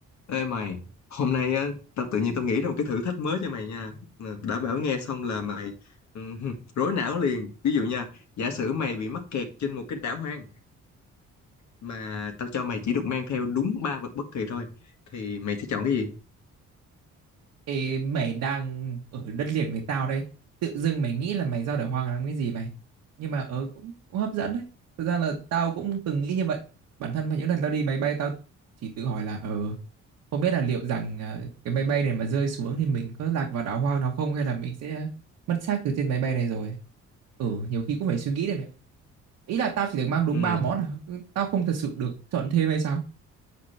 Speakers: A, on the left; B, on the right.
A: Ê mày, hôm nay á, tao tự nhiên tao nghĩ ra một cái thử thách mới cho mày nha. Mà Đã bảo nghe xong là mày ừm, <laughs> rối não liền. Ví dụ nha, giả sử mày bị mắc kẹt trên một cái đảo hoang mà tao cho mày chỉ được mang theo đúng ba vật bất kỳ thôi, thì mày sẽ chọn cái gì?
B: Ê, mày đang ở đất liền với tao đây tự dưng mày nghĩ là mày ra đời hoang làm cái gì mày nhưng mà ở cũng, cũng hấp dẫn đấy thực ra là tao cũng từng nghĩ như vậy bản thân vào những lần tao đi máy bay tao chỉ tự hỏi là ờ không biết là liệu rằng à, cái máy bay này mà rơi xuống thì mình có lạc vào đảo hoang nào không hay là mình sẽ mất xác từ trên máy bay này rồi ừ nhiều khi cũng phải suy nghĩ đấy mẹ ạ. ý là tao chỉ được mang đúng
A: Ừm,
B: ba món à Ừ, tao không thật sự được chọn thêm hay sao